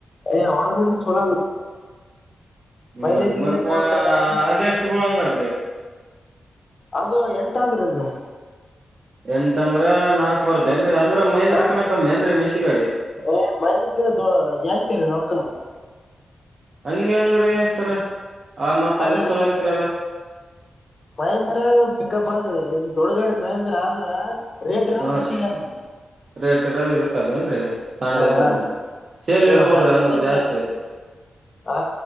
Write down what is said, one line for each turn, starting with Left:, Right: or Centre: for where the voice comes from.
Left: ಏ ಅವಲ ಮನಿ ಚಲಾದ
Right: ಹಾ
Left: ಬೈಲೆಜ
Right: ರೀ
Left: ಗಲೆ
Right: ಮತ್ತ
Left: ಪಡುತ್ತ ಗಾಡಿ
Right: ಅದ್ ಎಷ್ಟ್ ಬೀಳಂಗದ್ರಿ
Left: ಅದು ಎಂಟಾದ್ರೆ ಅದು
Right: ಎಂಟ ಅಂದ್ರ ನಾಲ್ಕ್ ವರ್ದೇಏನ್ರರಿ ಅಂದ್ರ ಮಹಂದ್ರಕಿಿನ
Left: ಹ
Right: ಕಮ್ಮಿ ಏನ್ರರಿ ಮೆಸಿಗಾಡಿ
Left: ಏ ಮಹೇಂದ್ರಗಿಂತ ದ ಜಾಸ್ತಿ ಅರ ರೊಕ್ಕದು
Right: ಹಂಗಗೆ ಹಂಗರಿೀ ಸರ ಆ ಮತ್ತತ್ ಅದೇ
Left: ಅದು
Right: ಚಲೋ ಅಂತರಿ ಅಲ್ಲ
Left: ಮಹೇಂದ್ರ ಪಿಕಪ್ ಆದ್ರ ಇ ದೊಡ್ಡಗಾಡಿ ಮಹೇಂದ್ರ ಆದ್ರ ರೇಡ್ ಇರ
Right: ಹಾ
Left: ಮೆಷಿಗೆ
Right: ರೀ
Left: ಅದ್ರೀ
Right: ರೇಟ್ ಇರೋದ್ ಇದಕ್ ಅದೇಏನ್ರರಿ ಚಾಣದ ಇದ್ರನು
Left: ಹಾ
Right: ಸೇಲ್
Left: ಹಾ
Right: ಇರ್ಬೋದ್ರೀ
Left: ಸಣ್ಣದಿದ್ದರ್ನ
Right: ಅಂದ್ರ ಜಾಸ್ತಿ
Left: ಆ